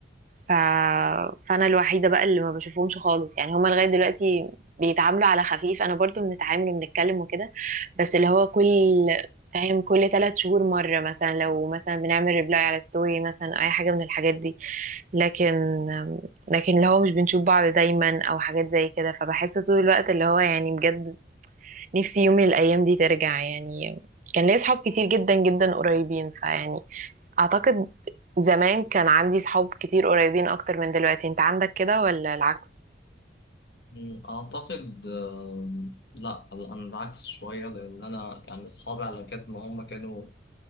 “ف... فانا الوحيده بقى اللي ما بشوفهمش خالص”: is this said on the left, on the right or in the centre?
Right